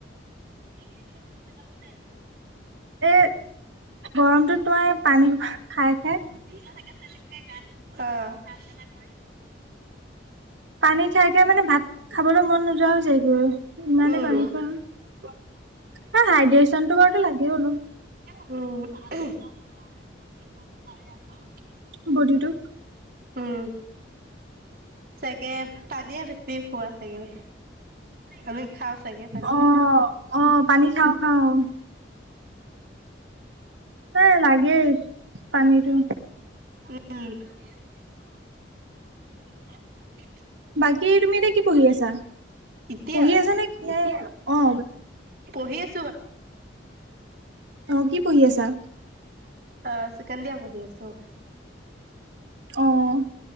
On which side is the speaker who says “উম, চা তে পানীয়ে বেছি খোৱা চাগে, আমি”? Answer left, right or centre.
Right